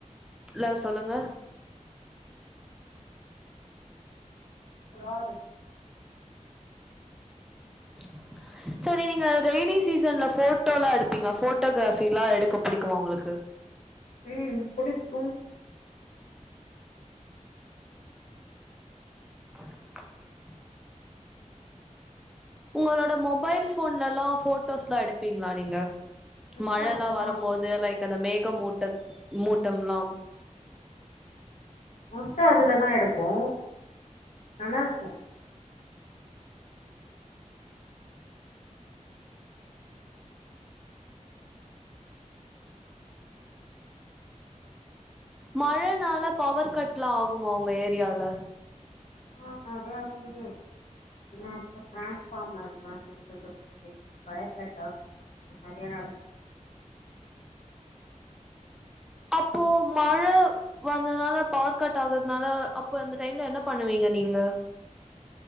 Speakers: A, in the centre; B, on the left.
A: ல சொல்லுங்க
B: புலா இருக்
A: <inaudible> சரி நீங்க ரெயினி சீசன்ல போட்டோலா எடுப்பீங்ளா போட்டோகிராஃபிலா எடுக்க புடிக்குமா ஒங்களுக்கு
B: ம் புடிக்கு
A: <unintelligible> உங்களோட மொபைல் போன்லலா போட்டோஸ்லா எடுப்பீங்ளா நீங்க
B: மோஸ்ட்டா
A: மழலா
B: அதுலதா
A: வரம்போது லைக் அந்த மேகமூட்டத் மூட்டம்லா
B: மோஸ்ட்ட அதுல தா எடுப்போ நல்லாருக்கு
A: மழனால பவர் கட்ல்லா ஆகுமா உங்க ஏரியால
B: ஆ நெறையா <inaudible> நேத்து டிரான்ஸ்பாமர் மாத்திட்டு <inaudible> பவர் கட் ஆ அது நெறையா நடக்
A: அப்போ மழ வந்ததுனால பவர் கட் ஆகுறதுனால அப்போ அந்த டைம்ல என்ன பண்ணுவீங்க நீங்க